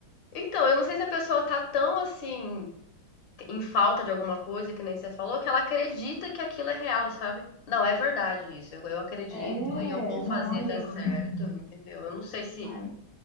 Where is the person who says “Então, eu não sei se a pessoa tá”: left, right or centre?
Left